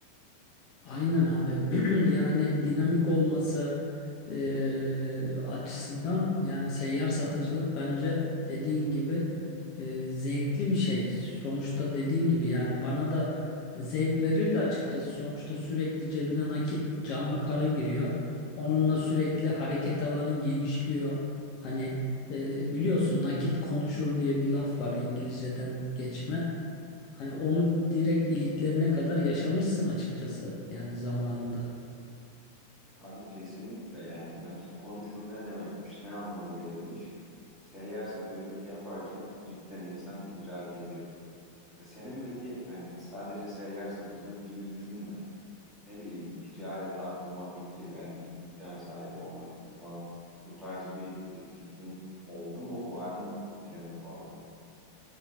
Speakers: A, on the left (about 40°); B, in the centre.
A: Aynen abi. <clears throat> Yani dinamik olması e, açısından yani seyyar satıcılık bence dediğin gibi e, zevkli bir şey. Sonuçta dediğin gibi yani bana da zevk verirdi açıkçası. Sonuçta sürekli cebine nakit, canlı para giriyor. Onunla sürekli hareket alanın genişliyor. Hani e, biliyorsun nakit konuşur diye bir laf var İngilizceden geçme. Hani onu direkt iliklerine kadar yaşamışsın açıkçası yani zamanında.
B: Abi kesinlikle yani nakit konuşur ne demekmiş, ne anlama gelirmiş. Seyyar satıcılık yaparken cidden insan idrak ediyor. E senin peki hani sadece seyyar satıcılık gibi düşünme. Ne bileyim bir ticarete atılma fikri, belki bir dükkan sahibi olma fikri falan. Bu tarz bir e, fikrin oldu mu, var mı planın falan?